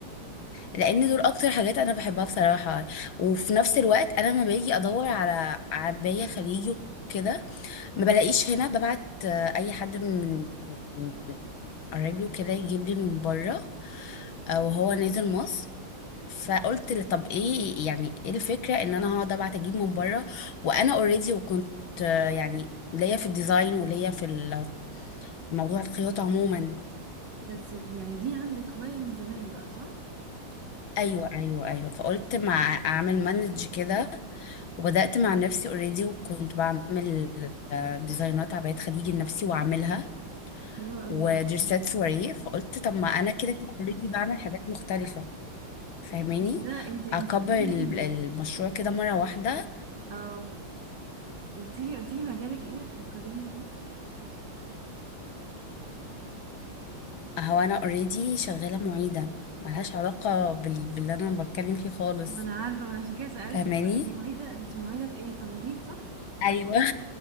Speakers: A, on the left; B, on the right.
A: لان دول اكتر حاجات انا بحبها بصراحه وفي نفس الوقت انا لما باجي ادور على عبايه خليجي وكده ما
B: مم.
A: بلاقيش هنا ببعت آه، اي حد من من قرايبي وكده يجيب لي من بره آه، وهو نازل مصر فقلت لي طب ايه يعني ايه الفكره ان انا هقعد ابعت اجيب من بره وانا اوريدي وكنت آه، يعني ليا في الديزاين وليا في ال- موضوع الخياطه عموما
B: بس يعني دي عندك هواية من زمان بقى صح؟
A: ايوه ايوه ايوه فقلت مع اعمل مانج كده وبدات مع نفسي اوريدي وكنت بعمل آه، ديزاينات عبايات خديجي لنفسي واعملها
B: حلوة قوي
A: ودريسات
B: ما شاء الله عليك
A: سواريه فقلت طب ما انا كده كده اوريدي بعمل حاجات مختلفه فاهماني
B: بس ده انت انت
A: اكبر
B: قلت لي
A: ال- المشروع كده مره واحده
B: اه قلت لي قلت لي مجالك ايه فكريني كده
A: هو انا اوريدي شغاله معيده ملهاش علاقه بال... باللي انا بتكلم فيه خالص
B: ما انا عارفة ما انا عشان كده سألتك
A: فاهماني
B: المعيدة انت معيدة في ايه تمريض صح
A: ايوه